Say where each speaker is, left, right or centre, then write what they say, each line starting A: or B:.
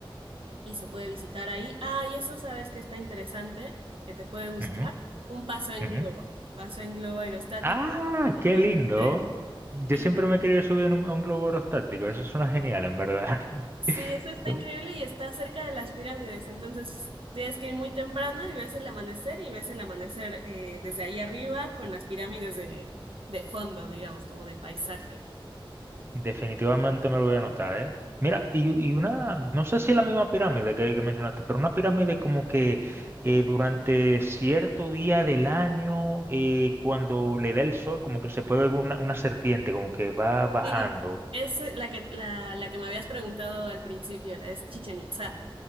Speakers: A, on the right; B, on the right.
A: y se puede visitar ahí. Ah, y eso sabes que está interesante, que te puede gustar.
B: ujú,
A: Un paseo en
B: ujú.
A: globo, paseo en globo aerostático
B: Ah,
A: al
B: qué
A: amanecer.
B: lindo. Yo
A: Y
B: siempre me he querido subir en un, a un globo aerostático. Eso suena genial, en verdad. <laughs>
A: sí, eso está
B: Yo
A: increíble y está cerca de las pirámides. Entonces tienes que ir muy temprano y ves el amanecer y ves el amanecer eh, desde ahí arriba con las pirámides de, de fondo, digamos, como de paisaje.
B: definitivamente me lo voy a anotar, ¿eh? Mira, y, y una, no sé si es la misma pirámide que, que mencionaste, pero una pirámide como que eh, durante cierto día del año, eh, cuando le da el sol, como que se puede ver una, una serpiente, como que va bajando.
A: Sí, es eh, la que, la, la que me habías preguntado al principio, la es Chichen Itza,